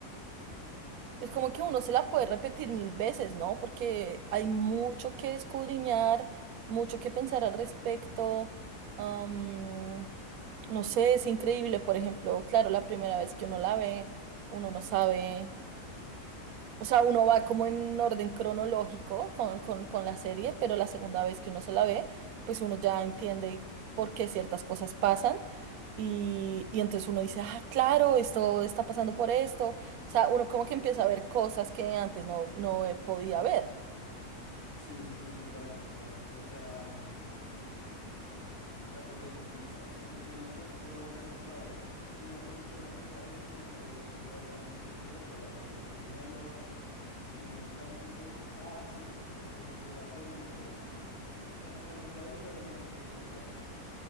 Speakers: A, on the right; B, on the left.
A: Es como que uno se la puede repetir mil veces, ¿no? Porque hay mucho que escudriñar, mucho que pensar al respecto. am, no sé, es increíble, por ejemplo, claro, la primera vez que uno la ve, uno no sabe. O sea, uno va como en orden cronológico con, con, con la serie, pero la segunda vez que uno se la ve, pues uno ya entiende por qué ciertas cosas pasan. Y, y entonces uno dice, ah, claro, esto está pasando por esto. O sea, uno como que empieza a ver cosas que antes no, no eh, podía ver.
B: Sí, sí, sí, total, total. O sea, mm, Attack on Titan está súper bien hecha. Yo la empecé a ver, o sea, yo me acuerdo que yo la empecé a ver y me demoré verla, no sé por qué, o sea, la, la fui viendo, me vi unos capítulos. Ah, sí, ya sé por qué, porque iba con la serie. O sea, la empecé a ver y todavía no habían salido todos los capítulos.